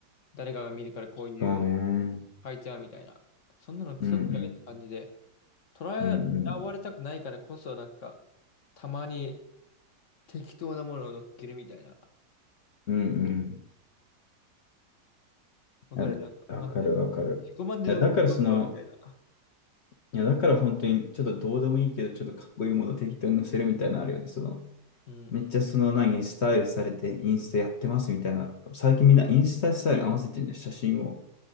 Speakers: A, on the left; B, on the left.
A: 誰かが見るからこういう
B: そうね。
A: 変えちゃうみたいな。そんなのクソくらいって感じで、
B: うんうん。
A: 捉えらわれたくないからこそ、
B: うんうん。
A: なんか、たまに適当なものを乗っけるみたいな。
B: うん
A: わかるなんか、
B: うん。あわかるわかる。
A: マジで。自己満で乗っけますわ、
B: いや、だからその、
A: みたいな。
B: いや、だから本当にちょっとどうでもいいけど、ちょっとかっこいいものを適当に載せるみたいなのあるよね。その、
A: うんうん。
B: めっちゃその何、スタイルされてインスタやってますみたいな。最近みんなインスタスタイル合わせてんじゃん。写真を。